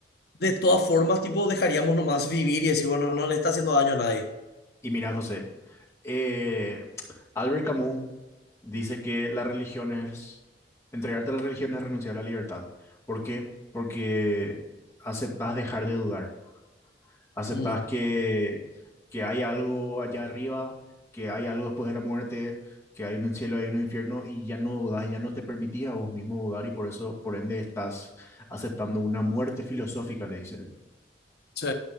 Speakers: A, on the left (about 65°); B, on the left (about 15°).
A: de todas formas, tipo, dejaríamos nomás vivir y decir, bueno, no le está haciendo daño a nadie.
B: Y mira, José, eh, Albert Camus dice que la religión es, entregarte a la religión es renunciar a la libertad. ¿Por qué? Porque aceptas dejar de dudar, aceptas
A: Mm,
B: que, que hay algo allá arriba, que hay algo después de la muerte, que hay un cielo, hay un infierno y ya no dudas, y ya no te permitís a vos mismo dudar y por eso, por ende, estás aceptando una muerte filosófica, le dice él.
A: sí,